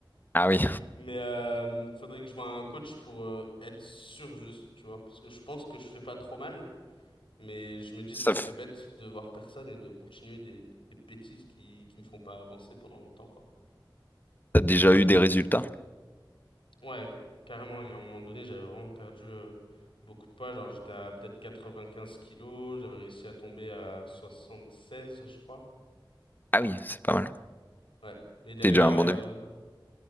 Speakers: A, on the left; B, on the left.
A: Ah oui.
B: Mais euh, faudrait que je voie un coach pour euh, être sûr juste, tu vois, parce que je pense que je fais pas trop mal. Mais je me dis,
A: Ça,
B: ce serait
A: f-
B: bête de voir personne et de continuer des, des bêtises qui, qui me font pas avancer pendant longtemps, quoi.
A: t'as déjà eu des résultats?
B: Ouais, carrément. Et à un moment donné, j'avais vraiment perdu euh, beaucoup de poids. Genre, j'étais à peut-être 95 kilos. J'avais réussi à tomber à 76, je crois.
A: Ah oui, c'est pas mal.
B: Ouais. Mais derrière,
A: T'es déjà un bon
B: euh,
A: début.